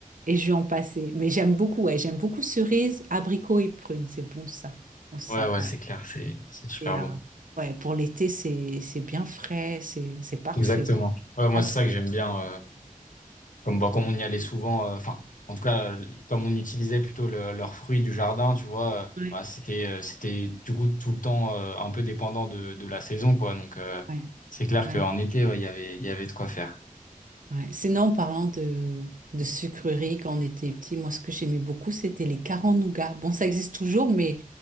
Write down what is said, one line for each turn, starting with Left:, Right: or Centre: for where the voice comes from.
Right: et je lui en passais. Mais j'aime beaucoup, ouais, j'aime beaucoup cerises, abricots et prunes. C'est bon, ça aussi,
Left: Ouais, ouais,
Right: ouais.
Left: c'est clair, c'est c'est super
Right: Et, euh,
Left: bon.
Right: ouais, pour l'été, c'est, c'est bien frais, c'est, c'est parfait.
Left: Exactement. Ouais, moi,
Right: Pas
Left: c'est
Right: trop.
Left: ça que j'aime bien. euh, Comme, bah, comme on y allait souvent, euh, enfin, en tout cas, euh, comme on utilisait plutôt le- leurs fruits du jardin, tu vois, euh,
Right: Ouais,
Left: bah, c'était, euh, c'était du coup tout le temps euh, un peu dépendant de, de la saison, quoi. Donc, euh,
Right: ouais,
Left: c'est clair
Right: ouais,
Left: qu'en été, ouais, il y avait, il y avait de quoi faire.
Right: ouais. Sinon, en parlant de, de sucreries, quand on était petit, moi, ce que j'aimais beaucoup, c'était les carambars Bon, ça existe toujours, mais